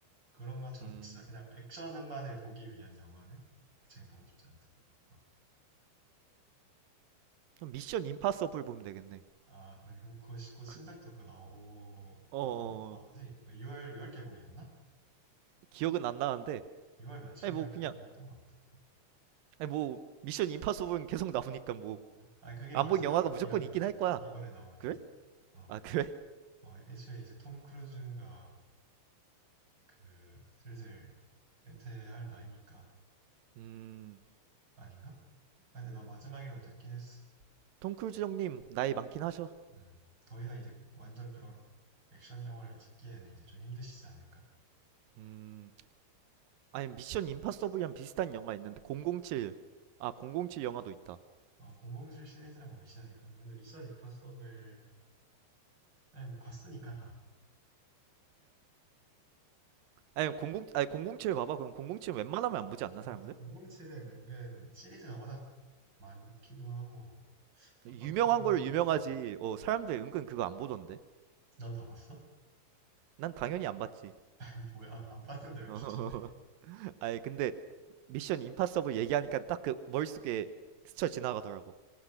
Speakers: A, on the right (about 20°); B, on the right (about 85°).
A: 그런 것처럼
B: 어 어 음
A: 진짜 그냥
B: 아
A: 액션만을 보기 위한 영화는 지금 보고 싶지 않다. 어.
B: 미션 임파서블 보면 되겠네
A: 아, 그러니 그, 그, 곧 신작도
B: 그
A: 그거 나오,
B: 어어
A: 나왔나? 나오지? 6월, 6월 개봉이었나?
B: 기억은 안 나는데
A: 6월 며칠이라
B: 아니 뭐
A: 개봉이었던
B: 그냥
A: 것 같아.
B: 아니 뭐 미션 임파서블은 계속 나오니까 뭐
A: 아, 그게
B: 안본
A: 마지막이라던데?
B: 영화가 무조건 있긴 할 거야.
A: 이번에 나오는
B: 그래?
A: 게? 어,
B: 아 그래?
A: 어, 애초에 이제 톰 크루즈가 그, 슬슬 은퇴할 나이니까.
B: <laughs> 음
A: 아닌가? 아, 근데 난 마지막이라고 듣긴 했어.
B: 톰크루즈 형님 나이 많긴 하셔.
A: 음. 더 이상 이제 완전 그런 액션 영화를 찍기에는 이제 좀 힘드시지 않을까.
B: 음 아니 미션 임파서블이랑 비슷한 영화 있는데 007. 아 007 영화도 있다.
A: 어, 007 시리즈라고 미션 임파서블. 근데 미션 임파서블, 예, 뭐 봤으니까 다.
B: 아니 00 아니 007 봐봐. 그럼 007 웬만하면
A: 공공칠.
B: 안 보지 않나
A: 근데
B: 사람들?
A: 맞아. 007은 은근 시리즈가 워낙 많기도 하고, 안
B: 유명한
A: 봤던
B: 걸 유명하지.
A: 게 많은 것 같아.
B: 어 사람들
A: 응.
B: 은근 그거 안 보던데.
A: 넌 다 봤어?
B: 난 당연히 안 봤지.
A: <laughs> 뭐야, 안 봤는데 왜
B: <laughs>
A: 추천해?
B: 아니 근데 미션 임파서블 얘기하니까 딱 그 머릿속에 스쳐 지나가더라고.